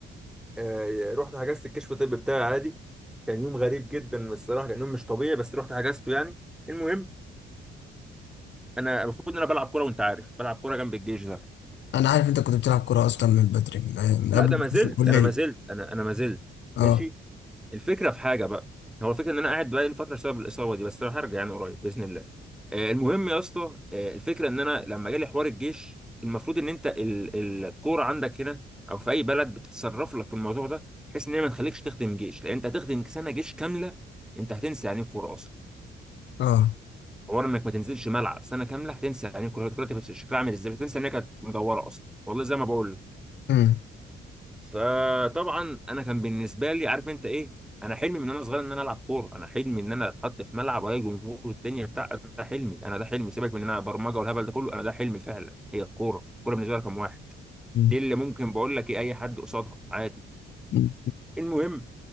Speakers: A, in the centre; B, on the left (about 65°).
A: آه، رحت حجزت الكشف الطبي بتاعي عادي كان يوم غريب جدا الصراحه كان يوم مش طبيعي بس رحت حجزته يعني المهم انا المفروض ان انا بلعب كوره وانت عارف بلعب كوره جنب الجيش ده
B: انا عارف انت كنت بتلعب كورة اصلا من بدري من من
A: لا
B: قبل
A: ده
B: ما
A: ما زلت
B: تخش الكلية
A: انا ما زلت انا انا ما زلت
B: اه
A: ماشي الفكره في حاجه بقى هو الفكره ان انا قاعد بقالي فتره بسبب الاصابه دي بس انا هرجع يعني قريب باذن الله آه، المهم يا اسطى آه، الفكره ان انا لما جالي حوار الجيش المفروض ان انت ال- الكوره عندك هنا او في اي بلد بتتصرف لك في الموضوع ده بحيث ان هي ما تخليكش تخدم جيش لان انت هتخدم سنه جيش كامله انت هتنسى يعني ايه كوره اصلا
B: اه
A: حوار انك ما تنزلش ملعب سنه كامله هتنسى يعني ايه كوره هتبقى شكلها عامل ازاي هتنسى ان هي كانت مدوره اصلا والله زي ما بقول لك،
B: مم.
A: فطبعا انا كان بالنسبه لي عارف انت ايه انا حلمي من وانا صغير ان انا العب كوره انا حلمي ان انا اتحط في ملعب والاقي جمهور والدنيا بتاع ده حلمي انا ده حلمي سيبك من ان انا برمجه والهبل ده كله انا ده حلمي فعلا هي الكوره الكوره بالنسبه لي رقم واحد
B: مم.
A: دي اللي ممكن بقول لك ايه اي حد قصادها عادي
B: مم.
A: المهم